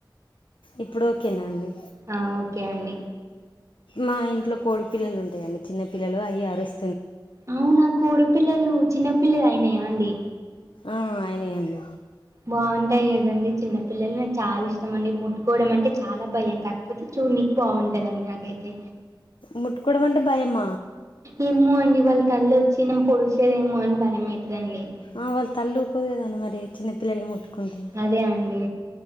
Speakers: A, on the left; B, on the right.
A: ఇప్పుడు ఓకేనా అండి
B: ఆ ఓకే అండి
A: మా ఇంట్లో కోడి పిల్లలు ఉంటాయండి చిన్న పిల్లలు అయి అరుస్
B: అవునా కోడి పిల్లలు చిన్నపిల్లలు అయినాయా అండి
A: ఆ అయనయి అండి
B: బాగుంటాయి కదండి చిన్నపిల్లలు నాకు చాలా ఇష్టం అండి ముట్టుకోవడం అంటే చాలా భయం కాకపోతే చూడనీకి బావుంటదండి నాకైతే
A: ముట్టుకోవడం అంటే భయమ
B: ఏమో అండి వల్ తల్లి వచ్చి పొడిసేదేమో అని భయమవుతదండి
A: ఆ వాళ్ళ తల్లి ఊకోదు కదండి మరి చిన్నపిల్లల్ని ముట్టుకుంటే
B: అదే అండి